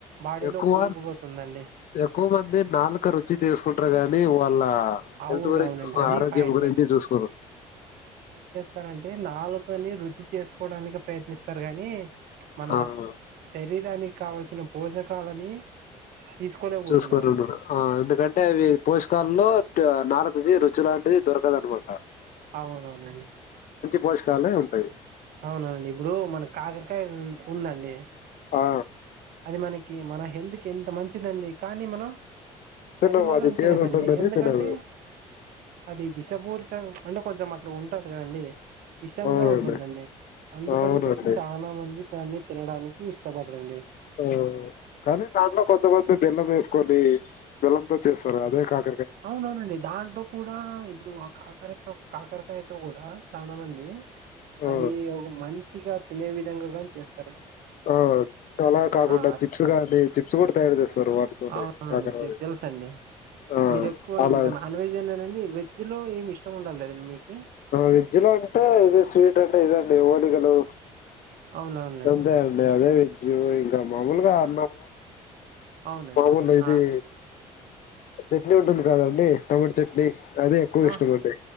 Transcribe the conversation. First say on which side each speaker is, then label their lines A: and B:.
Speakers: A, on the right; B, on the left.
A: బాడీలో
B: ఎక్కువ
A: కూరుకుపోతుందండి
B: ఎక్కువ మంది నాలుక రుచి చేసుకుంటారు గానీ వాళ్ళ హెల్త్
A: అవునవునండి
B: గురించి చూసుకొరు
A: అది
B: ఆరోగ్యం
A: పాయింట్
B: గురించి చూసుకొరు
A: తరు అంటే నాలుక్ కొన్ని రుచి చేసుకోడానికి ప్రయత్ ఇస్తారు గాని మన
B: ఆ
A: శరీరాని కావల్సిన పోషకాలని తీసుకోలేకపోతున్నారండి
B: చూసుకోరు కూడ ఆ ఎందుకంటే అవి పోష్ కల్లో నాలుకకి రుచి లాంటిది దొరకదు అనమాట
A: అవునవునండి
B: పోషకాలే ఉంటాయి
A: అవునండి ఇప్పుడు మనకు కాకరకాయ ఉందండి
B: ఆ
A: అది మనక్ కి మన హెల్త్ కి ఎంత మంచిదండి కానీ మనం
B: తిన్నాము
A: అది మాత్రం
B: చేదు
A: తినరండి
B: ఉంటుందని
A: ఎందుకంటే
B: తినము
A: అది విషపూరితం అంటే కొంచెం అట్లా ఉంటది కదండి విషంగా
B: అవునండి
A: ఉంటుందండి అందుకని
B: అవునండి
A: చెప్పి చాలా మంది దాన్ని తినడానికి ఇష్టపడరండి
B: ఆ కానీ దాంట్లో కొంతమంది బెల్లం వేసుకొని బెల్లంతో చేస్తారు అదే కాదు
A: అవునవునండి దాంట్లో కూడా ఇప్పుడు కాకరతో కాకరకాయతో కూడా చాలా మంది
B: ఆ
A: అది ఒక మంచిగా తినే విధంగా చేస్
B: ఆ అలా కాకుండా
A: ఆ
B: చిప్స్ కానీ చిప్స్ కూడా తయారు చేస్తారు వాటితోనే
A: అవుననండి
B: కాకరవి
A: చే తెలుసండి
B: ఆ
A: మీరు ఎక్కువ
B: అలా
A: ఇంకా నాన్ వేజే నా నండి వెజ్ వెజ్ లో ఏమి ఇష్టం ఉండలేదు మీకు
B: వెజ్ లో అంటే ఇది స్వీట్ అంటే ఇదండి దిగలు
A: అవునవునులేండి
B: అంతే అండి అదే వెజ్ ఇంకా మా ముల్ గా అన్నం
A: అవునండి
B: మామూల్ ఇది
A: ఆ
B: చట్నీ ఉంటుంది కదండి టమాటో చట్నీ అదే ఎక్కువ ఇష్టం
A: ఆ
B: అండి